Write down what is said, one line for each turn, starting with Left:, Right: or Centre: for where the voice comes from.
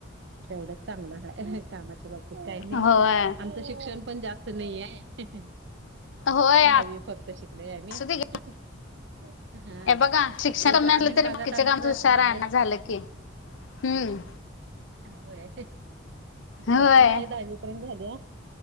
Right: तेवढं चांगलंय,, कामाच्या बाबतीत काही नाही,,
Left: होय
Right: आमचं शिक्षणऽ पण जास्त नाही
Left: होय
Right: दहावी फक्त शिकलेय मी
Left: असू दे घ्या
Right: पण हा,
Left: हे बघा शिक्षण कमी
Right: ग्रामीण
Left: असलं तरी
Right: भागात
Left: बाकीचं
Right: आमचं
Left: कामात हूशार
Right: माहेर
Left: आहेना झालं की हम्म
Right: वय,,
Left: होय
Right: तस आहे, दहावी पर्यंत झाल्या,,,